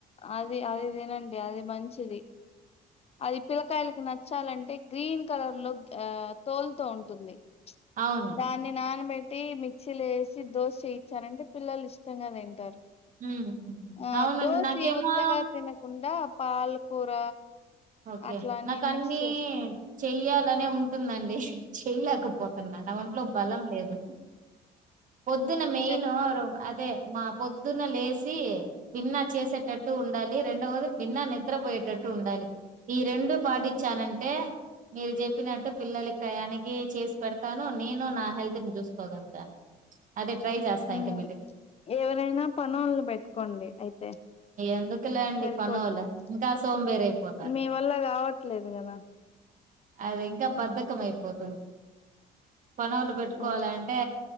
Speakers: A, on the left; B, on the right.
A: అది అది తినండి అది మంచిది. అది పిల్లకాయలకి నచ్చాలంటే, గ్రీన్ కలర్ లో ఆ తోలుతో ఉంటుంది
B: అవును
A: దాన్ని నాన్నబె టీబి మీక్సీ లేసి దోశ చేయిచ్చారంటే పిల్లలు ఇష్టంగా తింటారు
B: హ్మ్. హ్మ్. హ్మ్.
A: ఆ
B: అవునండి.
A: దోసి
B: నాకేమో
A: ఊతగా తినకుండా పాలకూర
B: ఓకే
A: అట్లా అన్నీ
B: నాకు అన్నిీ
A: మిక్స్ చేస్
B: చెయ్యాలనే ఉంటుందండి చేయలేకపోతున్నా నా ఒంట్లో బలం లేదు పొద్దున
A: ఇది
B: మెయిన
A: చెప్
B: అదే మా పొద్దున లేచి విిన్నా చేసేటట్టు ఉండాలి రెండవది విిన్నా నిద్రపోయేటట్టు ఉండాలి ఈ రెండు పాటిచ్చానంటే మీరు చెప్పినట్టు పిల్లల టయానికి చేసి పెడతాను నేను నా హెల్త్ ని చూసుకోగలతాను అదే ట్రై చేస్తా
A: మ్
B: ఇంకా మీటి
A: ఎవరైనా పనోళ్ళని పెట్టుకోండి అయితే
B: ఎందుకులేండి
A: సరిపోతుంది
B: పనోలు ఇంకా సోంబేర్ అయిపో
A: మీ వల్ల కావట్లేదు కదా
B: అది ఇంకా బద్ధకం అయిపోతుంది పనోళ్లు పెట్టుకోవాలంటే
A: ఆ